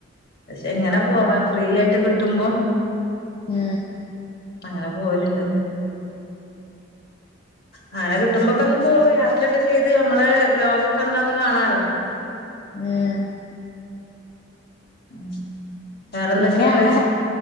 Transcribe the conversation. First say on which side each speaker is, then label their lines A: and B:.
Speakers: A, on the left (about 55°); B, on the left (about 25°).
A: പക്ഷെ എങ്ങനെ പോകാം
B: അതാ
A: ഫ്രീ ആയിട്ട്ട്ട കുടബ
B: ഉം
A: അങ്ങനെ പോവലുണ്ട് അങ്ങനെ കിട്ടുമ്പോൊക്കെ ഒന്ന് പോ യാത്രയൊക്കെ ചെയ്ത് നമ്മളെ ലോകക്കെ എന്താന്ന് കാണാലോ
B: ഉം
A: ഉഹ വേറെന്തൊക്കെയള്ള
B: പിന്നെ അങ്ങടെ